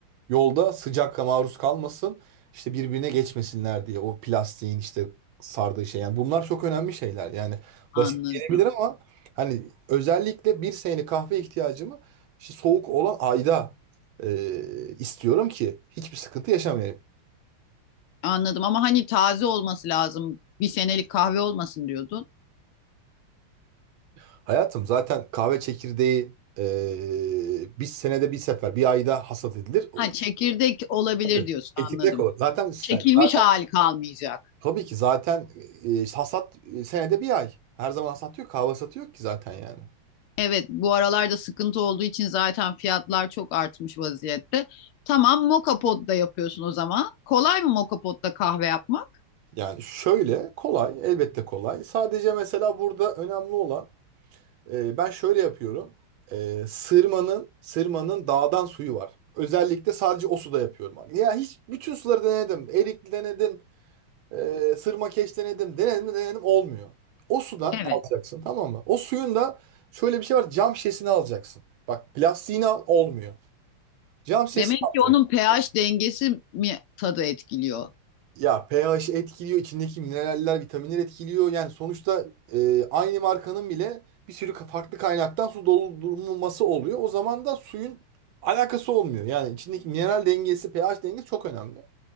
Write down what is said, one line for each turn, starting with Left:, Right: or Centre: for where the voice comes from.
Right: Yolda sıcakla maruz kalmasın, işte birbirine geçmesinler diye o plastiğin işte sardığı şey. Yani bunlar çok önemli şeyler. Yani
Left: Anladım.
Right: basit gelebilir ama hani özellikle bir senelik kahve ihtiyacımı işte soğuk olan ayda e, istiyorum ki hiçbir sıkıntı yaşamayayım.
Left: Anladım ama hani taze olması lazım. Bir senelik kahve olmasın diyordun.
Right: Hayatım zaten kahve çekirdeği e, bir senede bir sefer, bir ayda hasat edilir. O,
Left: Ha çekirdek olabilir
Right: tabii.
Left: diyorsun
Right: Çekirdek
Left: anladım.
Right: olur. Zaten sen
Left: Çekilmiş
Right: zaten-
Left: hali kalmayacak.
Right: tabii ki zaten e, hasat e, senede bir ay. Her zaman hasat yok, kahve hasatı yok ki zaten yani.
Left: Evet bu aralarda sıkıntı olduğu için zaten fiyatlar çok artmış vaziyette. Tamam moka potta yapıyorsun o zaman. Kolay mı moka potta kahve yapmak?
Right: Yani şöyle kolay, elbette kolay. Sadece mesela burada önemli olan e, ben şöyle yapıyorum. E, sırmanın sırmanın dağdan suyu var. Özellikle sadece o suda yapıyorum. abi. Ya hiç bütün suları denedim. Erikli denedim. E, Sırma sırmakeş denedim. Denedim de denedim olmuyor. O sudan
Left: Evet.
Right: alacaksın tamam mı? O suyun da şöyle bir şey var. Cam şişesini alacaksın. Bak plastiğini al olmuyor. Cam şişesini
Left: Demek ki
Right: alacaksın.
Left: onun pH dengesi mi tadı etkiliyor?
Right: Ya pH etkiliyor. içindeki mineraller, vitaminler etkiliyor. Yani sonuçta e, aynı markanın bile bir sürü ka- farklı kaynaktan su doldurulması oluyor. O zaman da suyun alakası olmuyor. Yani içindeki mineral dengesi, pH dengesi çok önemli.